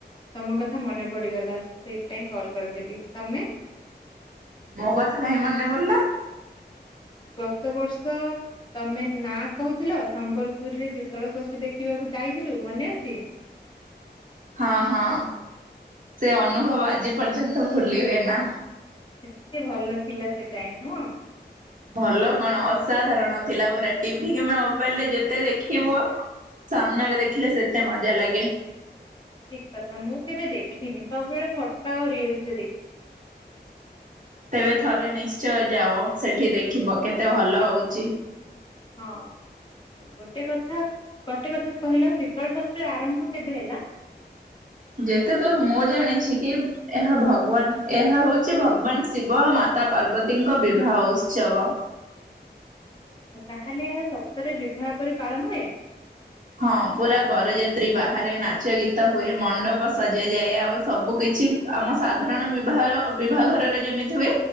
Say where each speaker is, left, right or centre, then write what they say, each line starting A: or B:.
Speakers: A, on the left (about 25°); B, on the right (about 50°).
A: ତମ କଥା ମନେ ପଡିଗଲା ସେଇଥିପାଇଁ କଲ କରିଦେଥିଲି, ତମେ?
B: ମୋ କଥା କାଇଁ ମନେ ପଡ଼ିଲା?
A: ଗତ ବର୍ଷ ତମେ ନା କହୁଥିଲ ସମ୍ବଲପୁରରେ ଶୀତଳ ଷଷ୍ଠୀ ଦେଖିବାକୁ ଯାଇଥିଲୁ ମନେ ଅଛି।
B: ହଁ ହଁ ସେ ଅନୁଭବ ଆଜି ପର୍ଯ୍ୟନ୍ତ ଭୁଲି ହୁଏ ନା।
A: ଏତେ ଭଲ ଥିଲା ସେ ଟାଇମ ନୁହଁ।
B: ଭଲ କଣ ଅସାଧାରଣ ଥିଲା ପୁରା ଟିଭି କିମ୍ବା ମୋବାଇଲ ରେ ଯେତେ ଦେଖିବୁ ସାମ୍ନାରେ ଦେଖିଲେ ସେତେ ମଜା ଲାଗେ।
A: ଠିକ କଥା ମୁଁ କେବେ ଦେଖିନି ସବୁବେଳେ ଫଟୋ ଆଉ ରିଲସ୍ ଦେଖେ।
B: ତେବେ ଥରେ ନିଶ୍ଚୟ ଯାଅ ସେଠି ଦେଖିବ କେତେ ଭଲ ହଉଛି।
A: ହଁ ଗୋଟେ କଥା ଗୋଟେ କଥା କହିଲ ଶୀତଳ ଶାସ୍ତ୍ରୀରେ ଆରମ୍ଭ କେବେ ହେଲା?
B: ଯେତେ ଦୂର ମୁଁ ଜାଣିଛି କି ଏହା ଭଗବାନ ଏହା ହଉଛି ଭଗବାନ ଶିବ ଆଉ ମାତା ପାର୍ବତୀଙ୍କ ବିବାହ ଉତ୍ସବ।
A: ତାହେଲେ ଏହା ସତରେ ବିବାହ କରି ପାଳନ ହୁଏ?
B: ହଁ ପୁରା ବରଯାତ୍ରୀ ବାହାରେ ନାଚ, ଗୀତ ହୁଏ ମଣ୍ଡପ ସଜା ଯାଏ ଆଉ ସବୁ କିଛି ଆମ ସାଧାରଣ ବିବାହର ବିବାହଘରରେ ଯେମିତି ହୁଏ